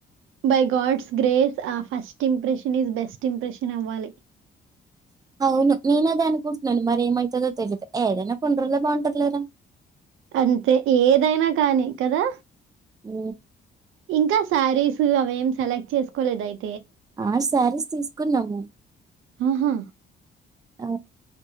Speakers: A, on the right; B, on the right.
A: బై గడ్స్ గ్రేస్ ఆ first impression is best impression అవ్వాలి
B: అవును నేను అదే అనుకున్ నున్ను మరి ఏమ్ ఐతదో తెలీయదు ఏదైనా కొన్ని రోజులే బాగుంటది లేరా
A: అంతే ఏదైనా కానీ కదా
B: ఉ
A: ఇంకా శారీస్ అవేం సెలెక్ట్ చేసుకోలేదు అయి
B: ఆ శారీస్ తీసుకున్నాము
A: ఆహా
B: ఆ